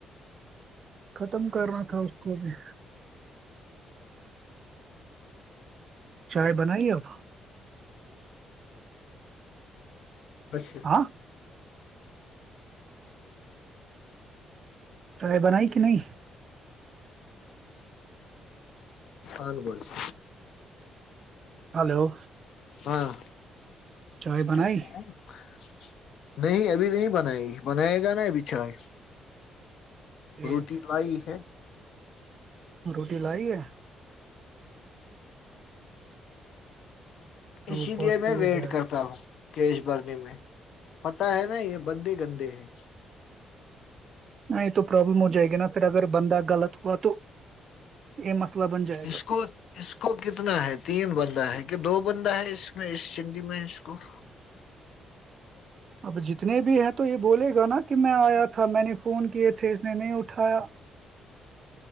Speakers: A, on the right (about 50°); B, on the left (about 70°).
A: ختم کرنا تھا اس کو بھی چائے بنائی اب
B: اچھا
A: ہاں چائے بنائی کہ نہیں
B: آن گول <inaudible>
A: ہلو
B: ہاں
A: چائے بنائی
B: ٹنے <inaudible> نہیں ابھی نہیں بنائے گی بنائے گا نا ابھی چائے
A: یہ
B: روٹی لائی ہے
A: روٹی لائی ہے تو
B: اسی
A: بہت
B: لیے میں
A: تیز
B: ویٹ
A: ہے
B: کرتا ہوں کیش برنی میں پتہ ہے نا یہ بندی گندی ہے
A: نہیں تو پرابلم ہو جائے گی نا پھر اگر بندہ غلط ہوا تو یہ مسئلہ بن جائے
B: اس
A: گا
B: کو اس کو کتنا ہے تین بندہ ہے کہ دو بند ہے اس میں اس زندی میں اور
A: اب جتنے بھی ہیں یہ بول گا نا کہ میں آیا تھا تھا میں نے فون کیاے تھ اس نے نہیں اٹھایا